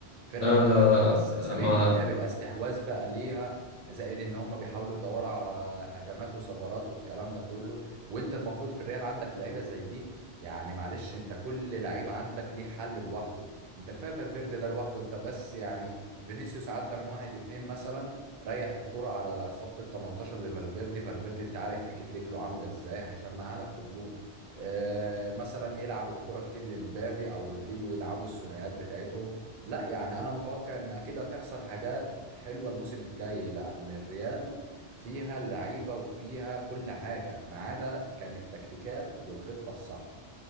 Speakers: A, on the right (about 60°); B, on the left (about 90°).
A: فرقه
B: لا
A: ماسكه
B: لا
A: فرص 70%
B: لا ما
A: بيبقى استحواذ بقى ليها زائد ان هم بيحاولوا يدوروا على هجمات وثغرات والكلام ده كله وانت المفروض في الريال عندك لعيبه زي دي يعني معلش انت كل لعيب عندك ليه حل لوحده انت كفايه فالفيردي ده لوحده انت بس يعني فينيسيوس عدى من واحد اتنين مثلا ريح الكرة على خط ال 18 لفالفيردي فالفيردي انت عارف اكيد رجله عامله ازاي هيشمعها لك في الجون آه مثلا يلعب الكرة كتير لمبابي او رودريجو يلعبوا الثنائيات بتاعتهم لا يعني انا متوقع ان اكيد هتحصل حاجات حلوه الموسم الجاي لان الريال فيها اللعيبه وفيها كل حاجه ما عدا كانت التكتيكات والخطه الصح